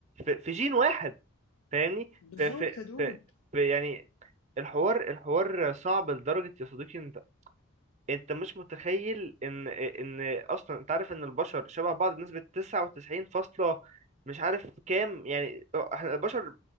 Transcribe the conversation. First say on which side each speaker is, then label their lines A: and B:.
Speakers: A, on the right (about 30°); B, on the left (about 75°).
A: في, في جين واحد فاهمني
B: بالظبط
A: في... في...
B: يا دود
A: في... في يعني الحوار الحوار صعب لدرجه يا صديقي انت انت مش متخيل ان ان اصلا انت عارف ان البشر شبه بعض بنسبه 99 فاصله مش عارف كام يعني احنا البشر